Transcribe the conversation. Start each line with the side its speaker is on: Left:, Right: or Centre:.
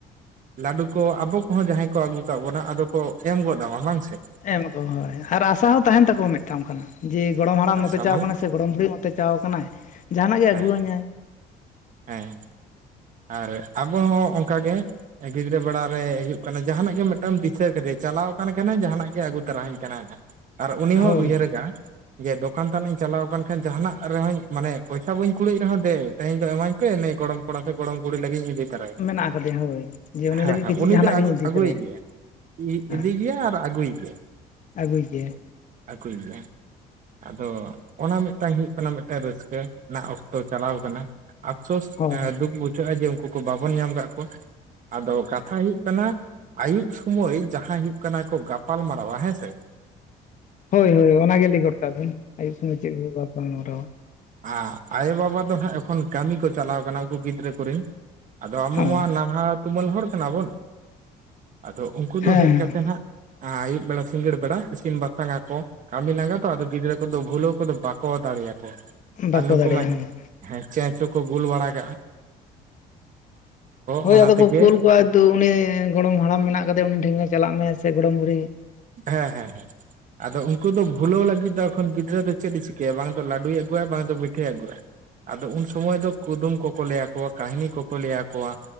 Right: ᱞᱟᱹᱰᱩ ᱠᱚ ᱟᱵᱚ ᱠᱚᱦᱚᱸ ᱡᱟᱦᱟᱸᱭ ᱠᱚ ᱟᱹᱜᱩ ᱠᱟ ᱵᱚᱱᱟ ᱟᱫᱚ ᱠᱚ ᱮᱢ ᱜᱚᱫᱟᱢᱟ ᱵᱟᱝᱥᱮ
Left: ᱮᱢᱟᱠᱚ ᱦᱳᱭ ᱟᱨ ᱟᱥᱟ ᱦᱚᱸ ᱛᱟᱦᱮᱱ ᱛᱟᱠᱚᱣᱟ ᱢᱤᱫᱴᱟᱝ ᱚᱱᱠᱟᱱᱟ ᱡᱮ ᱜᱚᱲᱚᱢ ᱦᱟᱲᱟᱢ
Right: ᱟᱥᱟ
Left: ᱱᱚᱛᱮ ᱪᱟᱣ
Right: ᱢᱟᱱᱮ
Left: ᱠᱟᱱᱟ ᱥᱮ ᱜᱚᱲᱚᱢ ᱵᱩᱲᱦᱤ ᱴᱮᱪᱟᱣ ᱟᱠᱟᱱᱟᱭ ᱡᱟᱦᱟᱱᱟᱜ ᱜᱮᱭ
Right: ᱦᱮᱸ
Left: ᱟᱹᱜᱩᱣᱟᱹᱧᱟᱭ
Right: ᱦᱮᱸ ᱟᱨ ᱟᱵᱚ ᱦᱚᱸ ᱚᱸᱠᱟᱜᱮ ᱜᱤᱫᱽᱨᱟᱹ ᱵᱮᱲᱟ ᱨᱮ ᱦᱳᱭᱳᱜ ᱠᱟᱱᱟ ᱡᱟᱦᱟᱸᱱᱟᱜ ᱜᱮ ᱢᱤᱫᱴᱟᱝ ᱫᱤᱥᱟᱹ ᱠᱟᱫᱮᱭᱟ ᱪᱟᱞᱟᱣ ᱠᱟᱱ ᱠᱷᱟᱱᱮ ᱡᱟᱦᱟᱸᱱᱟᱜ ᱜᱮ ᱟᱹᱜᱩ ᱛᱚᱨᱟ-ᱟᱹᱧ ᱠᱟᱱᱟ ᱟᱨ ᱩᱱᱤ
Left: ᱦᱳᱭ
Right: ᱦᱚᱸᱭ ᱩᱭᱦᱟᱹᱨᱠᱟᱼᱟ ᱡᱮ ᱫᱚᱠᱟᱱ ᱛᱟᱱᱤᱡ ᱤᱧ ᱪᱟᱞᱟᱣ ᱟᱠᱟᱱ ᱠᱷᱟᱱ ᱡᱟᱦᱟᱱᱟᱜ ᱨᱮᱦᱚᱸᱧ ᱢᱟᱱᱮ ᱯᱚᱭᱥᱟ ᱵᱟᱹᱧ ᱠᱩᱲᱟᱮᱫ ᱨᱮᱦᱚᱸ ᱫᱮ ᱛᱮᱦᱮᱧ ᱫᱚ ᱮᱢᱟᱹᱧ ᱯᱮ ᱱᱮ ᱜᱚᱲᱚᱢ ᱠᱚᱲᱟ ᱥᱮ ᱜᱚᱲᱚᱢ ᱜᱩᱲᱤ ᱞᱟᱹᱜᱤᱫ ᱤᱧᱤᱫᱤ ᱦᱮᱸ
Left: ᱢᱮᱱᱟᱜ ᱟᱠᱟᱫᱮᱭᱟ ᱦᱳᱭ ᱡᱮ ᱩᱱᱤ ᱞᱟᱹᱜᱤᱫ
Right: ᱦᱮᱸ
Left: ᱠᱤᱪᱷᱩ
Right: ᱩᱱᱤ
Left: ᱡᱟᱦᱟᱱᱟᱜ
Right: ᱫᱚᱭ ᱟᱜᱩ
Left: ᱜᱤᱧ ᱤᱫᱤ
Right: - ᱟᱜᱩᱭᱮ
Left: ᱛᱚᱨᱟᱭᱟ
Right: ᱜᱮᱭᱟ
Left: ᱦᱮᱸ
Right: ᱤᱫᱤ ᱭᱮᱭᱟ ᱟᱨ ᱟᱹᱜᱩᱭᱟ
Left: ᱟᱹᱜᱩᱭ ᱜᱮᱭᱟ
Right: ᱟᱜᱩᱭᱟ ᱟᱫᱚ ᱚᱱᱟ ᱢᱤᱫ ᱴᱟᱝ ᱦᱩᱭᱩᱜ ᱠᱟᱱᱟ ᱢᱤᱫ ᱴᱟᱝ ᱨᱟᱹᱥᱠᱟᱹ ᱚᱠᱛᱚ ᱪᱟᱞᱟᱣ ᱟᱠᱟᱱᱟ ᱟᱯᱥᱳᱥ
Left: ᱦᱳᱭ
Right: ᱫᱩᱠ ᱵᱩᱡᱷᱟᱹᱜᱼᱟ ᱡᱮ ᱩᱱᱠᱩ ᱠᱚ ᱵᱟᱵᱚᱱ ᱧᱟᱢ ᱟᱠᱟᱫ ᱠᱚᱣᱟ ᱟᱫᱚ ᱠᱟᱛᱷᱟ ᱦᱩᱭᱩᱜ ᱠᱟᱱᱟ᱾ ᱟᱭᱩᱵ ᱥᱚᱢᱚᱭ ᱡᱟᱦᱟᱸ ᱦᱩᱭᱩᱜ ᱠᱟᱱᱟ ᱠᱚ ᱜᱟᱯᱟᱞ ᱢᱟᱨᱟᱣᱟ ᱦᱮᱸᱥᱮ
Left: ᱦᱳᱭ ᱦᱳᱭ ᱚᱱᱟᱜᱮ ᱜᱮ ᱞᱟᱹᱭ ᱜᱚᱫ ᱠᱟᱜ ᱵᱤᱱ ᱟᱭᱩᱵ ᱥᱚᱢᱮ ᱪᱮᱫ ᱵᱩ ᱜᱟᱞᱟᱞ ᱢᱟᱨᱟᱣᱟ
Right: ᱟᱨ ᱟᱭᱳᱼᱵᱟᱵᱟ ᱫᱚ ᱦᱟᱸᱜ ᱮᱠᱷᱚᱱ ᱠᱟᱹᱢᱤ ᱠᱚ ᱪᱟᱞᱟᱣ ᱠᱟᱱᱟ ᱩᱱᱠᱩ ᱜᱤᱫᱽᱨᱟᱹ ᱠᱚᱨᱮᱱ ᱟᱫᱚ ᱟᱢ
Left: ᱦᱚᱸ
Right: <unintelligible> ᱱᱟᱞᱦᱟ ᱛᱩᱢᱟᱹᱞ ᱦᱚᱲ ᱠᱟᱱᱟ ᱵᱚᱱ ᱟᱫᱚ ᱩᱱᱠᱩ ᱫᱚ
Left: ᱦᱮᱸ
Right: ᱦᱮᱡ ᱠᱟᱛᱮ ᱦᱟᱸᱜ ᱟᱹᱭᱩᱵ ᱵᱮᱲᱟ ᱥᱤᱸᱜᱟᱹᱲ ᱵᱮᱲᱟ ᱤᱥᱤᱱ ᱵᱟᱥᱟᱝᱟ ᱠᱚ ᱠᱟᱹᱢᱤ ᱞᱟᱸᱜᱟ ᱛᱚ ᱟᱫᱚ ᱜᱤᱫᱽᱨᱟᱹ ᱠᱚᱫᱚ ᱵᱷᱩᱞᱟᱹᱣ ᱠᱚᱫᱚ ᱵᱟᱠᱚ ᱫᱟᱲᱮᱭᱟᱠᱚ
Left: ᱵᱟᱠᱚ
Right: ᱟᱨ ᱱᱩᱠᱩ
Left: ᱫᱟᱲᱮᱭᱟᱜᱼᱟ
Right: ᱢᱟ
Left: ᱦᱮᱸ
Right: ᱦᱮᱸ ᱪᱮᱧᱪᱩᱠᱚ ᱜᱩᱞ ᱵᱟᱲᱟ ᱠᱟᱜᱼᱟ
Left: ᱦᱳᱭ
Right: ᱚᱱᱟ
Left: ᱟᱫᱚ
Right: ᱛᱮᱜᱮ
Left: ᱠᱚ ᱠᱩᱞ ᱠᱚᱣᱟ ᱫᱩ ᱩᱱᱤ ᱜᱚᱲᱚᱢ ᱦᱟᱲᱟᱢ ᱢᱮᱱᱟᱜ ᱠᱟᱫᱮᱭᱟ ᱩᱱᱤ ᱴᱷᱮᱱ ᱪᱟᱞᱟᱜ ᱢᱮ ᱥᱮ ᱜᱚᱲᱚᱢ ᱵᱩᱲᱦᱤ
Right: ᱦᱮᱸ ᱦᱮᱸ ᱦᱮᱸ ᱟᱫᱚ ᱩᱱᱠᱩ ᱫᱚ ᱵᱷᱩᱞᱟᱹᱣ ᱞᱟᱹᱜᱤᱫ ᱫᱚ ᱮᱠᱷᱚᱱ ᱜᱤᱫᱽᱨᱟᱹ ᱫᱚ ᱪᱮᱫ ᱮ ᱪᱤᱠᱟᱹᱭᱟ ᱵᱟᱝ ᱫᱚ ᱞᱟᱹᱰᱩᱭ ᱟᱹᱜᱩᱭᱟ ᱵᱟᱝ ᱫᱚ ᱯᱤᱴᱷᱟᱹᱭ ᱟᱹᱜᱩᱣᱟ ᱟᱫᱚ ᱩᱱ ᱥᱚᱢᱚᱭ ᱫᱚ ᱠᱩᱫᱩᱢ ᱠᱚᱠᱚ ᱞᱟᱹᱭᱟᱠᱳᱣᱟ ᱠᱟᱹᱦᱱᱤ ᱠᱚᱠᱚ ᱞᱟᱹᱭᱟᱠᱳᱣᱟ